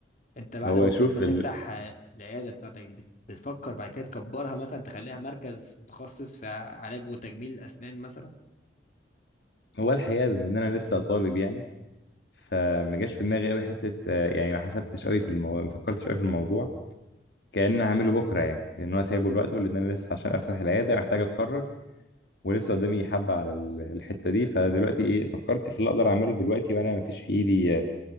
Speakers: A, on the left (about 40°); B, on the left (about 60°).
A: انت بعد
B: هو
A: ما المفروض
B: شوف
A: ما تفتح
B: ال...
A: آه، العيادة بتاعتك دي بت- بتفكر بعد كده تكبرها مثلا تخليها مركز متخصص في علاج وتجميل الأسنان مثلا
B: هو الحقيقة بما إن أنا لسه طالب يعني فما جاش في دماغي قوي حته آه، يعني ما حسبتش قوي في الموضوع ما فكرتش قوي في الموضوع كأن هعمله بكره يعني لان هو سايبه لوقته لان انا لسه عشان افتح العياده محتاج اتخرج ولسه قدامي حبه على ال- الحته دي فدلوقتي ايه فكرت في اللي اقدر اعمله دلوقتي وانا ما فيش في ايدي آه،